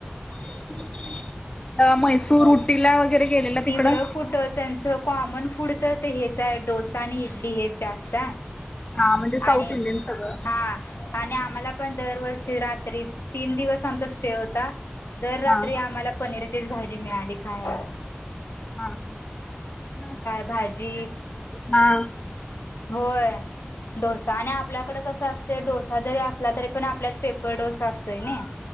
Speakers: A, on the left (about 25°); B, on the left (about 80°).
A: <inaudible> म्हैसूर उटीला वगैरे गेलेला तिकडं?
B: तिकड कुठ त्यांच कॉमन फूड हेच आहे डोसा आणि इडली हेच जास्त आहे
A: हा म्हणजे साऊथ
B: आणि
A: इंडियन सगळं
B: हा आणि आम्हाला पण दरवर्षी रात्री तीन दिवस आमचा स्टे होता दर रात्री
A: हा
B: आम्हाला पनीरचीच भाजी मिळाली खाय
A: हा ह
B: भाजी
A: हा
B: होय डोसा आणि आपल्याकडे कसं असतं डोसा जरी असला तरी पण आपल्यात पेपर डोसा असतोय नाही